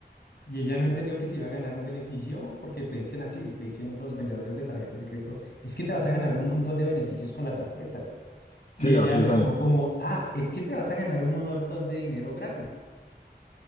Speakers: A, on the left; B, on the left.
A: Y ella no entendió que se iba a ganar un beneficio porque te dicen así, te dicen los vendedores de tarjetas de crédito, es que te vas a ganar un montón de beneficios con la tarjeta.
B: Sí,
A: Y ella
B: así
A: lo
B: son.
A: tomó como, ah, es que te vas a ganar un montón de dinero gratis.